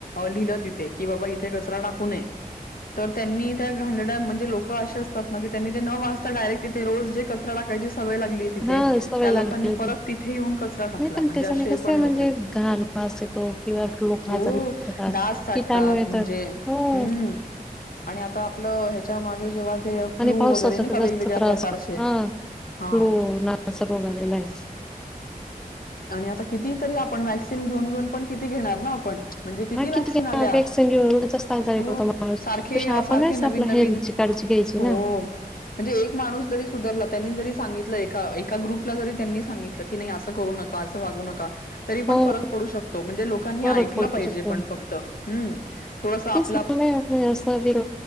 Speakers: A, on the left; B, in the centre.
A: लिहिलं तिथे की बाबा इथे कचरा टाकू नये. तर त्यांनी त्या घाणेरंड्या म्हणजे लोक क असे असतात ना की त्यांनी ते न वाचता डायरेक्ट तिथ रोज जे कचरा टाकायची सवय लागली तिथे
B: हा सवय
A: त्या लोकांनी
B: लागली होती
A: परत तिथे येऊन कचरा टाकला
B: नाही पण
A: म्हणजे
B: त्याच्याने
A: असे
B: कस
A: पण
B: म्हणजे
A: लोक येत.
B: घाण वास येतो किंवा लोक
A: हो
B: आजारी पडतात
A: डास साटतात
B: किटाणू येतात
A: म्हणजे
B: हो
A: हम्म आणि आता आपलं ह्याच्या मागे जेव्हा ते फ्लू
B: आणि पावसाचा
A: वगैरे नाही
B: त
A: का
B: जास्त
A: वेगवेगळ्या
B: त्रास
A: प्रकारचे
B: हा फ्ल्यो
A: हा
B: ना रोग आलेला हाय.
A: आणि आता किती तरी आपण वॅक्सिन घेऊन घेऊन पण किती घेणार ना आपण. म्हणजे किती
B: हा
A: व्हॅक्सिन आल्या
B: वॅक्सिन घेऊन एवढं जास्त आजारी
A: हो
B: पडतो माणूस
A: सारखे
B: तशी
A: अ
B: आपणच
A: सारखे नवीन
B: आपल्या
A: नवीन
B: हेल्थची काळजी घ्यायची
A: हो
B: ना
A: म्हणजे एक माणूस जरी सुधरला त्यांनी जरी सांगितलं एका एका ग्रुपला जरी त्यांनी सांगितलं की नाही असं करू नका असं वागू नका. तर पण
B: हो
A: फरक पडू शकतो म्हणजे लोकांनी
B: फरक
A: ऐकल
B: पडू
A: पाहीजे
B: शकतो
A: पण फक्त हूं थोडंसं आपल
B: नाही अस विर